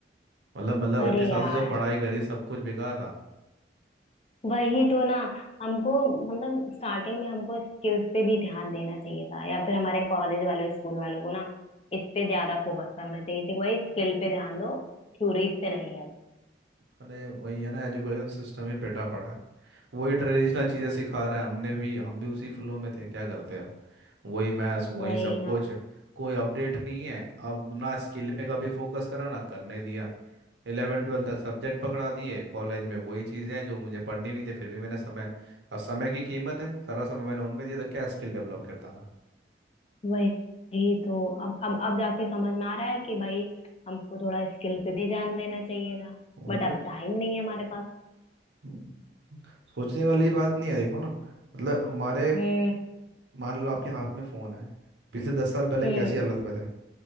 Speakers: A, on the right; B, on the left.
A: मतलब मतलब
B: अरे
A: इतने साल
B: यार
A: से जब पढ़ाई करी सब कुछ बेकार था
B: वही तो ना हमको मतलब स्टार्टिंग में हमको स्किल्स पे भी ध्यान देना चाहिए था या फिर हमारे कॉलेज वालों स्कूल वालों को ना इस पे ज्यादा फोकस करना चाहिए था वही स्किल पे ध्यान दो थ्योरीज पे नहीं अब
A: अरे वही है ना एजुकेशन सिस्टम ही पेटा पड़ा है वही ट्रेडिशनल चीज़ें सिखा रहा है हमने भी हम भी उसी फ्लो में थे क्या करते अब वही मैथ्स वही
B: वही
A: सब
B: ना
A: कुछ कोई अपडेट नहीं है अब ना स्किल पे कभी फोकस करा ना करने दिया इलेवन ट्वेल्थ तक सब्जेक्ट पकड़ा दिए कॉलेज में वही चीज़ें हैं जो मुझे पढ़नी भी थी फिर भी मैंने समय अब समय की कीमत है सारा समय मैंने उनमें दिया तो क्या स्किल डेवलप करता मैं
B: वही तो अब अब अब जाके समझ में आ रहा है कि भाई हमको थोड़ा स्किल पे भी ध्यान देना चाहिए था
A: वही
B: बट
A: तो
B: अब टाइम नहीं है हमारे पास
A: हम्म, सोचने वाली बात नहीं है देखो ना मतलब हमारे
B: हम्म
A: मान लो आपके हाथ में फोन है पिछले दस साल पहले
B: हम्म
A: कैसी हालत में थे